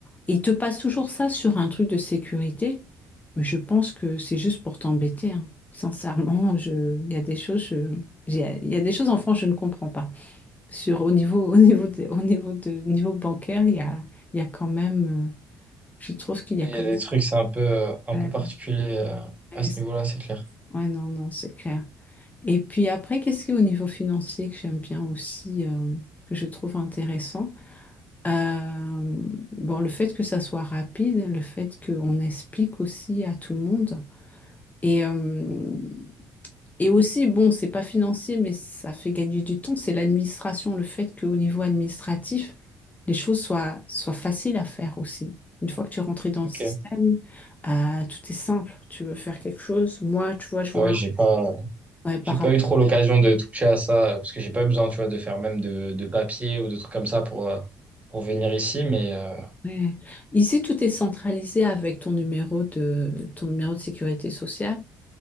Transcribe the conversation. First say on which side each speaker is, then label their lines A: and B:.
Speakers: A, on the left; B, on the right.
A: Ils te passent toujours ça sur un truc de sécurité, mais je pense que c'est juste pour t'embêter, hein. Sincèrement, je... il y a des choses, je- il y a il y a des choses en France, je ne comprends pas. Sur, au niveau, au niveau de- au niveau de, niveau bancaire, il y a, il y a quand même, euh, je trouve qu'il y
B: Mais
A: a quand
B: il y a des trucs, c'est un peu euh, un
A: même.
B: peu particulier euh,
A: Ouais,
B: à
A: ouais,
B: ce
A: c'est-
B: niveau-là, c'est clair.
A: ouais, non, non, c'est clair. Et puis après, qu'est-ce qui est au niveau financier que j'aime bien aussi, euh, que je trouve intéressant? Euh, bon, le fait que ça soit rapide, le fait qu'on explique aussi à tout le monde. Et, euh, Et aussi, bon, c'est pas financier, mais ça fait gagner du temps, c'est l'administration, le fait qu'au niveau administratif, les choses soient, soient faciles à faire aussi. Une fois que tu es rentré dans le
B: Ok.
A: système, euh, tout est simple. Tu veux faire quelque chose, moi, tu vois, je vois,
B: Ah ouais, j'ai pas
A: ouais, par
B: j'ai pas
A: rapport.
B: eu trop l'occasion de toucher à ça euh, parce que j'ai pas besoin, tu vois, de faire même de de papier ou de trucs comme ça pour euh, pour venir ici, mais euh,
A: Ouais. Ici, tout est centralisé avec ton numéro de ton numéro de sécurité sociale